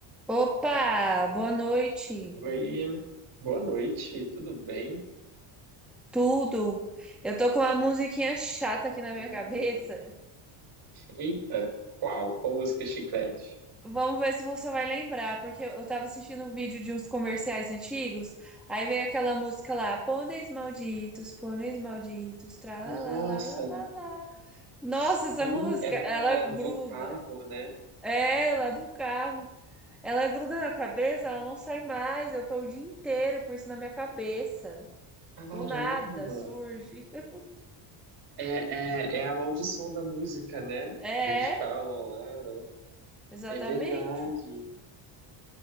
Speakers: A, in the centre; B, on the right.
A: Opa, boa noite.
B: Oi, boa noite, tudo bem?
A: Tudo? Eu tô com uma musiquinha chata aqui na
B: Hum,
A: minha cabeça.
B: eita, qual? Qual música Chiclete?
A: Vamos ver se você vai lembrar, porque eu eu tava assistindo um vídeo de uns comerciais antigos, aí veio aquela música lá, pôneis malditos, pôneis malditos, tralalalalala.
B: Nossa,
A: Nossa,
B: sim,
A: essa música,
B: era
A: ela gruda.
B: do carro, né?
A: É, lá do carro. Ela gruda na cabeça, ela não sai mais. Eu tô o dia inteiro com isso na minha cabeça.
B: Caramba!
A: Do nada surge. <laughs>
B: É, é, é a maldição da música, né?
A: É.
B: Que eles falam lá. né?
A: Exatamente.
B: É verdade.